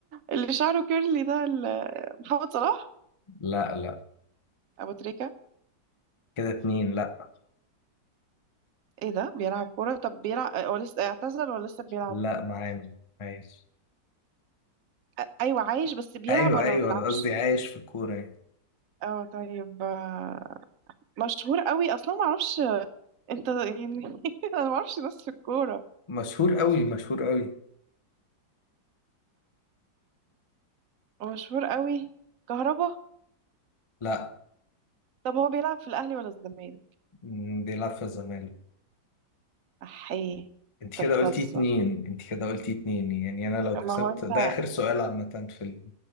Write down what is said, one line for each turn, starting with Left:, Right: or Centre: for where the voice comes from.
Right: اللي شعره كيرلي ده ال- محمد صلاح
Left: لا لا
Right: ابو تريكة
Left: كده اتنين لا
Right: ايه ده بيلعب كرة طب بيلعب هو لسه اعتزل ولا لسه بيلعب
Left: لا معانا عايش
Right: آه، ايوه عايش بس بيلعب
Left: أيوه
Right: ولا
Left: أيوه
Right: ما بيلعبش
Left: أنا قصدي عايش في الكورة يعني
Right: اه طيب آه، مشهور قوي اصلا ما اعرفش انت يعني <laughs> انا ما اعرفش ناس في الكورة
Left: مشهور قوي مشهور قوي
Right: هو مشهور قوي كهربا
Left: لا
Right: طب هو بيلعب في الاهلي ولا الزمالك
Left: مم، بيلعب في الزمالك
Right: احيه
Left: انت
Right: انت
Left: كده
Right: بتهزر
Left: قلتي اتنين انت كده قلتي اتنين يعني انا لو كسبت
Right: ما هو انت
Left: ده اخر سؤال عامة في ال...